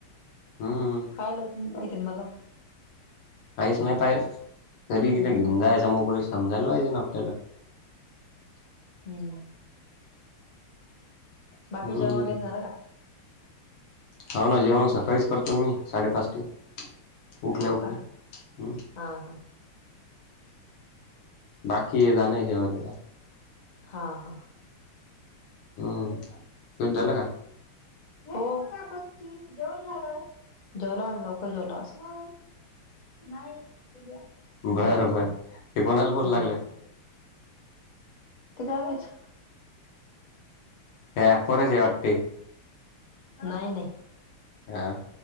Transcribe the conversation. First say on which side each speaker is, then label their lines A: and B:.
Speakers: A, on the left; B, on the left.
A: हम्म
B: आलत नाय किन बघा
A: काहीच नाय पाय तरी
B: हम्म
A: तिथे घेऊन
B: हम्म
A: जायचा मोबाईल समजायला पाहियजे ना आपल्याला
B: हम्म बाकी
A: हम्म
B: जेवण वगैरे झालं का?
A: हाव ना जेवण सकाळीच करतो नं मी साडेपाच ते उठल्या
B: हाव
A: उठल्या
B: का,
A: हम्म
B: हा हा
A: बाकी जाणाय जेवायला आता
B: हा हा
A: हम्म,
B: हॅलो
A: तुमचं झालं काय?
B: हो पस ची जेवणं झालं जेवला लवकर जेवलास हो नाही <inaudible> हं
A: बरं बर ते कोणाला बोलू
B: हं
A: लागलं
B: ते काय पाहिजे
A: हया ऍप वरच ये ऍप
B: नाय नाही.
A: हा